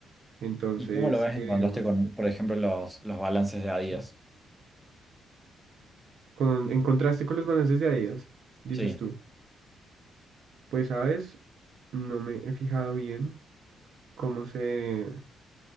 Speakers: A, on the right; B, in the centre.
A: Entonces,
B: ¿Y cómo lo ves
A: em,
B: en contraste con, por ejemplo, los, los balances de Adidas?
A: con, en contraste con los balances de Adidas, dices
B: Sí.
A: tú. Pues sabes, no me he fijado bien cómo se,